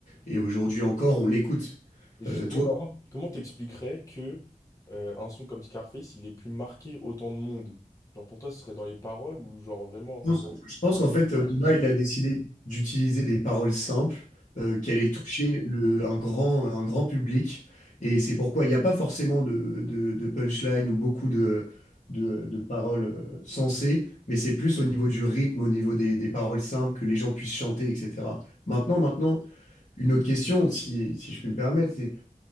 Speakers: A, on the left; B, on the left.
A: et aujourd'hui encore, on l'écoute.
B: Et justement,
A: Euh, toi,
B: comment comment t'expliquerais que euh, un son comme Scarface, il ait pu marquer autant de monde? Genre, pour toi, ce serait dans les paroles ou genre vraiment
A: je pense, je pense
B: d'un
A: qu'en
B: point
A: fait,
B: de vue
A: euh,
B: artistique?
A: Booba, il a décidé d'utiliser des paroles simples, euh,
B: Mm.
A: qu'elle ait touché le, un grand, un grand public. Et c'est pourquoi il n'y a pas forcément de, de, de punchline ou beaucoup de, de, de paroles euh, sensées, mais c'est plus au niveau du rythme, au niveau des, des paroles simples, que les gens puissent chanter, etc. Maintenant, maintenant, une autre question, si, si je puis me permettre, c'est